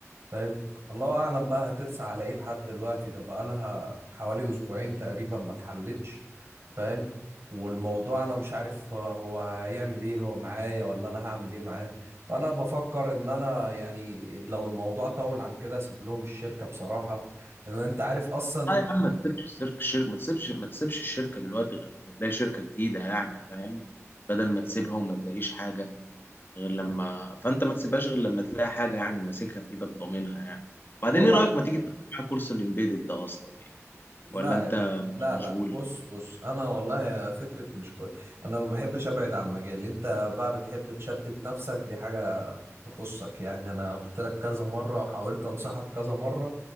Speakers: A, on the right; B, on the left.
A: فاهم الله اعلم بقى هترسى على ايه لحد دلوقتي ده بقالها حوالي اسبوعين تقريبا ما اتحلتش فاهم والموضوع انا مش عارف هو هيعمل ايه هو معايا ولا انا هعمل ايه معاه فانا بفكر ان انا يعني لو الموضوع طول عن كده اسيب لهم الشركة بصراحة لان انت عارف اصلا
B: اه يا عم ما تسيبش الشركة الشركة ما تسيبش ما تسيبش الشركة دلوقتي غير لما تلاقي شركة جديدة يعني فاهم بدل ما تسيبها وما تلاقيش حاجة غير لما فانت ما تسيبهاش غير لما تلاقي حاجه يعني ماسكها في ايدك ضامنها يعني بعدين
A: والله
B: ايه رايك ما تيجي تاخد معايا كورس الامبيدد ده اصلا يعني
A: لا
B: ولا انت
A: لا لا
B: مشغول
A: بص بص انا والله فكرة مش كويس انا ما بحبش ابعد عن مجالي انت بقى بتحب تشتت نفسك دي حاجة تخصك يعني انا قلت لك كذا مره وحاولت انصحك كذا مره